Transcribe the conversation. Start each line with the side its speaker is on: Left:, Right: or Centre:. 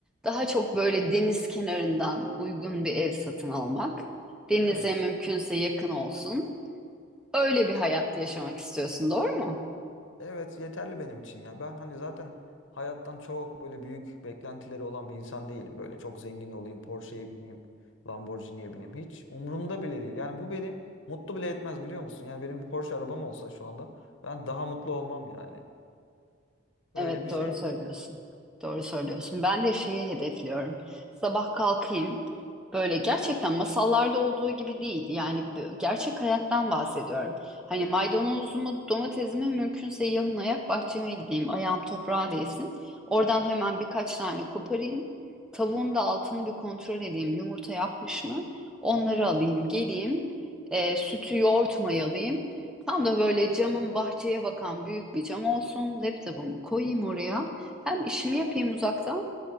Centre: Daha çok böyle deniz kenarından uygun bir ev satın almak. Denize
Left: Evet.
Centre: mümkünse yakın olsun. Öyle bir hayat yaşamak istiyorsun, doğru mu?
Left: Evet yeterli benim için ya. Ben hani zaten hayattan çok böyle büyük beklentileri olan bir insan değilim. Böyle çok zengin olayım, Porsche'ye bineyim, Lamborghini'ye bineyim. Hiç umurumda bile değil. Yani bu beni mutlu bile etmez biliyor musun? Yani benim bir Porsche arabam olsa şu anda ben daha mutlu olmam yani. Öyle
Centre: Evet
Left: bir
Centre: doğru
Left: şey.
Centre: söylüyorsun. Doğru söylüyorsun. Ben de şeyi hedefliyorum. Sabah kalkayım. Böyle gerçekten masallarda olduğu gibi değil. Yani b- gerçek hayattan bahsediyorum. Hani maydanozumu, domatesimi mümkünse yalın ayak bahçeme gideyim. Ayağım toprağa değsin. Oradan hemen birkaç tane koparayım. Tavuğun da altını bir kontrol edeyim. Yumurta yapmış mı? Onları alayım, geleyim. E, sütü, yoğurt mayalayayım. Tam da böyle camın bahçeye bakan büyük bir cam olsun. Laptopumu koyayım oraya. Hem işimi yapayım uzaktan